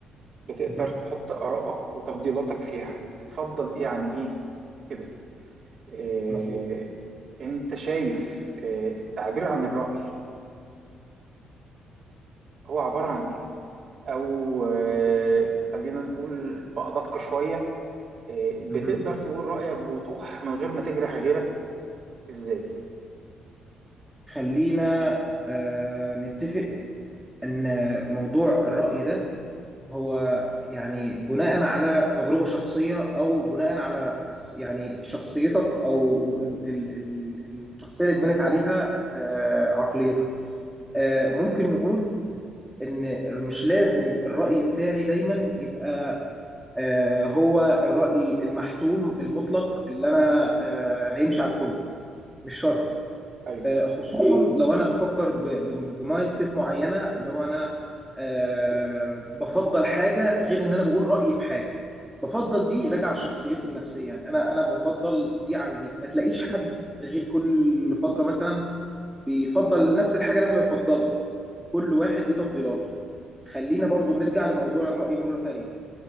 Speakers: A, on the right; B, in the centre.
A: بتقدر
B: مهم.
A: تحط آرائك وتفضيلاتك فيها بتفضل إيه عن إيه كده إيه
B: مظبوط
A: أنت شايف إيه التعبير عن الرأي هو عبارة عن إيه؟ أو آه، خلينا نقول بأدق شوية آه، بتقدر
B: مهم.
A: تقول رأيك بوضوح من غير ما تجرح غيرك ازاي
B: خلينا آه نتفق ان موضوع الرأي ده هو يعني بناء على تجربة شخصية او بناء على س- يعني شخصيتك او ال- ال- ال- الشخصية اللي اتبنت عليها آه عقليتك آه ممكن نقول ان مش لازم الرأي بتاعي دايما يبقى آه، هو الرأي المحتوم المطلق اللي أنا آه، هيمشي على الكل مش شرط
A: طيب
B: آه، خصوصا لو أنا بفكر ب- ب- بمايند سيت معينة اللي هو أنا آه، بفضل حاجة غير إن أنا بقول رأيي بحاجة بفضل دي راجعة لشخصيتي النفسية يعني أنا أنا بفضل دي عن دي ما تلاقيش حد غير كل فترة مثلا بيفضل نفس الحاجة اللي أنا بفضلها كل واحد دي تفضيلاته خلينا برضو نرجع لموضوع الرأي مرة تانية